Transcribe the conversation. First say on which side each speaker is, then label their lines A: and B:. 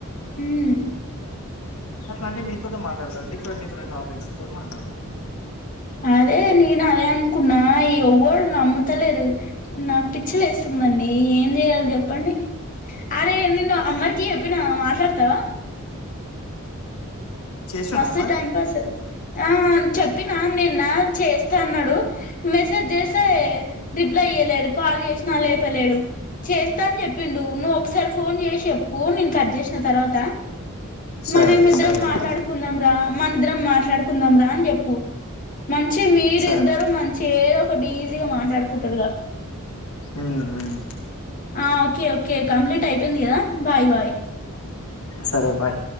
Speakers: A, on the left (about 35°); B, on the left (about 70°).
A: ఉమ్
B: అట్లంటె మీతోటె మాట్లాడత డిఫరెంట్ డిఫరెంట్ టాపిక్స్ తోటి మాట్లాడదం
A: అదే నేను అదే అనుకున్న ఈ ఎవ్వడ్ నమ్ముతలేరు నాకు పిచ్చిలేస్ తుందండి ఏం జెయాలి చెప్పండి అరే
B: మాట్లాడదాం
A: నేను అమ్మర్ కి జేప్పిన మాట్లాడతవా
B: చేస్తున్నా
A: మస్తు
B: మరి
A: టైం పాస్ ఆ చెప్పినా నిన్న చేస్తా అన్నాడు మెసేజ్ చేస్తే రిప్లై ఇయలేడు కాల్ చేసినా లే ప్తలేడు చేస్తా అని చెప్పిండు నువ్వు ఒకసారి ఫోన్ చేసి చెప్పు నేను కట్ చేసిన తర్వాత
B: సరే
A: మనం ఇద్దరం
B: సరే
A: మాట్లాడు
B: మరి
A: కుంద్దాంరా మనిద్దరం మాట్లాడుకుందాం రా అని చెప్పు మంచి మీరిద్దరు
B: సరే
A: మంచిగ ఏదో ఒకటి ఈజీగా మాట్లాడుకుంటారుగా
B: ఉమ్ ఉమ్
A: ఆ ఓకే ఓకే కంప్లీట్ అయిపోయింది కదా బాయ్ బాయ్
B: సరే బాయ్